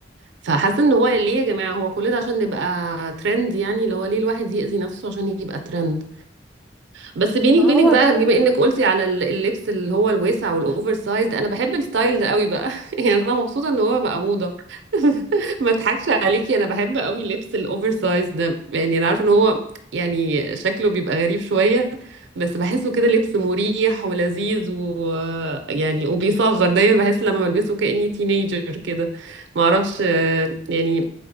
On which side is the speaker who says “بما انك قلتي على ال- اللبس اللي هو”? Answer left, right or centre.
Right